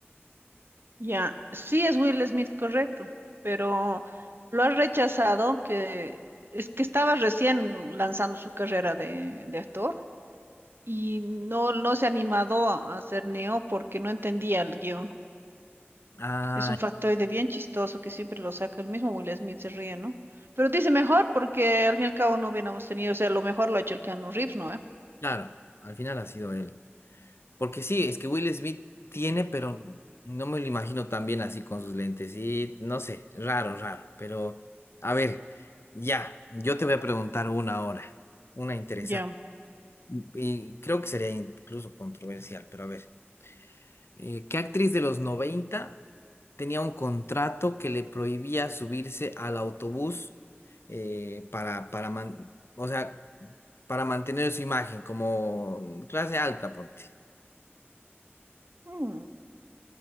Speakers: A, on the right; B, on the left.
A: Ya. Sí es Will Smith correcto, pero lo ha rechazado que es que estaba recién lanzando su carrera de, de actor y no, no se ha animado a hacer Neo porque no entendía el guión.
B: Ah,
A: Es un factoide bien chistoso que siempre lo saca el mismo Will Smith, se ríe, ¿no? Pero dice mejor porque al fin y al cabo no hubiéramos tenido, o sea, lo mejor lo ha hecho el Keanu Reeves, ¿no? eh?
B: claro, al final ha sido él. Porque sí, es que Will Smith tiene, pero no me lo imagino tan bien así con sus lentes. Y no sé, raro, raro. Pero, a ver, ya, yo te voy a preguntar una ahora, una interesante.
A: Ya.
B: Y creo que sería incluso controversial, pero a ver. eh, ¿qué actriz de los 90 tenía un contrato que le prohibía subirse al autobús eh, para, para, man- o sea, para mantener su imagen como clase alta, ponte?
A: Mm.